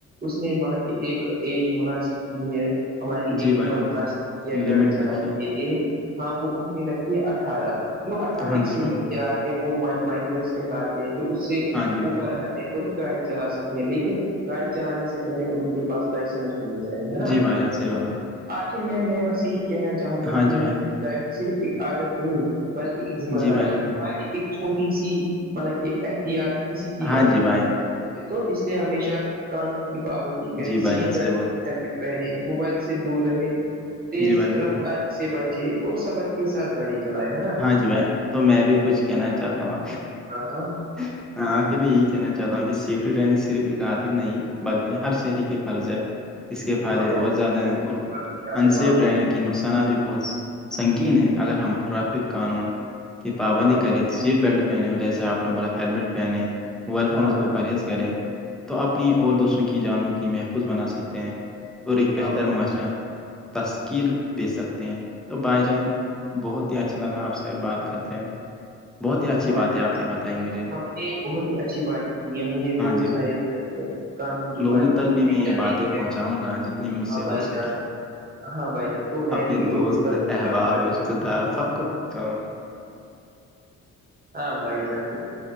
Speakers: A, on the right (about 30°); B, in the centre.
A: اس نے مطلب کہ ایک ایج مناسب ہے ہماری
B: جی
A: ایک
B: بھائی
A: عمر
B: جان
A: مناسب کی ہے گاڑی
B: لمٹ
A: چلانے
B: رکھیے
A: کے لیے ہاں وہ انہوں نے لگھی ہے اٹھارہ جو اٹھارہ
B: ہاں
A: ایک سے
B: جی بھائی
A: نیچے آتے وہ مائنرس کہلاتے ہیں جو اس سے
B: ہاں جی
A: اوپر
B: بھائی
A: آ وہی گاڑی چلا سکتے ہیں لیکن گاڑی چلانے سے پہلے ان کے پاس لائسنس جائے ہے نا
B: جی بھائی جان صحیح بات بھائی
A: پھر میں میں بس یہی کہنا چاہوں گا
B: ہاں
A: کہ
B: جی
A: میں
B: بھائی
A: ڈرائیونگ صرف ایک عادت نہیں بلکہ ایک ذمہ
B: جی
A: داری
B: بھائی جان
A: ہے ہماری ایک چھوٹی سی مطلب کہ احتیاط کسی کی
B: ہاں
A: جان
B: جی بھائی
A: بچک تو اس لیے ہمیشہ قانون کی پابندی کرے
B: جی بھائی
A: سیٹ
B: جان صحیح
A: بی
B: بولا
A: ہیلمٹ پہنے موبائل سے دور رہے تیز
B: جی بھائی جان
A: رفتاری سے بچے اور صبر کے ساتھ گاڑی چلائے ہے نا
B: ج ب تو میں بھی کچھ کہنا چاہتا ہوں
A: ہاں ہاں
B: ہ آخر میں یہی کہنا چاہتا ہوں کہ سیفٹی رینگ صرف ایک عادت نہیں بلکہ ہر شہری کی فرض ہے اس کے فائدے
A: ہاں بھائی ہاں بھائی
B: بہت
A: بالکل
B: زیادہ ہیں اور
A: اچھی بات کی آپ
B: انسییف
A: نے ماں
B: ڈرائیونگ کے نقصات بھی بہت سنگین ہے اگر ہم ٹریفک قانون کی پابندی
A: ہاں بھائی
B: کریں تو سیٹ بیلٹ پہنے جیسے آپ نے بولا ہیلمٹ پہنے موبائل
A: ہاں
B: فون اس
A: بھائی
B: کو پرہیز کریں تو اپنی اور دوسروں کی جانوں کی محفوظ بنا سکتے ہیں اور ایک بہتر
A: ہاں بھائی
B: معاشرہ تشکیل دے سکتے ہیں تو بائی جان بہت ہی اچھا لگا آپ سے بات کرتے ہیں بہت ہی اچھی
A: بائی
B: باتیں
A: چانس
B: آپ نے بتائی مجھے
A: ہم نے بہت ہی اچھی باتیں کی ہم نے
B: ہاں
A: بہت
B: جی بھائی
A: سارے قانون کی
B: لوگوں
A: باتیں
B: تک
A: کی
B: بھی میں
A: چاہے
B: یہ باتیں
A: کہ
B: پہنچاؤں گا جتنی مجھ
A: ہاں
B: سے
A: بھائی
B: ہو سکی
A: جان ہاں بھائی جان تو میں
B: اپنے
A: بھی
B: دوست
A: لوگوں تک پہنچاؤں
B: احباب
A: گا
B: رشتتے دار سب کو جاؤ میں
A: ہاں بھائی جان